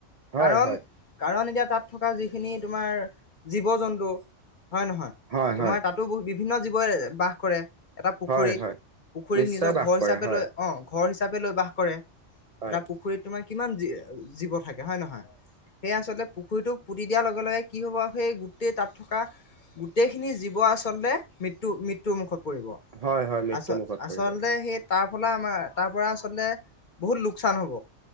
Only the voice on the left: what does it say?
কাৰণ
কাৰণ এতিয়া তাত থকা যিখিনি তোমাৰ জীৱ জন্তু হয় নহয়,
তোমাৰ
তাতো বিভিন্ন জীৱই বাস কৰে। এটা পুখুৰীক
পুখুৰীক
নিজৰ
ঘৰ
হিচাপে
লৈ অ ঘৰ হিচাপে লৈ বাস কৰে
এটা পুখুৰীত তোমাৰ কিমান জীৱ থাকে হয় নহয় সেইয়া আচলতে পুখুৰীটো পুতি দিয়াৰ লগে লগে কি হ'ব সেই গোটেই তাত থকা গোটেইখিনি জীৱ আচলতে মৃত্যু মৃত্যুৰ মুখত পৰিব।
আচ
আচলতে
সেই তাৰ ফল আমাৰ তাৰপৰা আচলতে বহুত লোকচান হ'ব,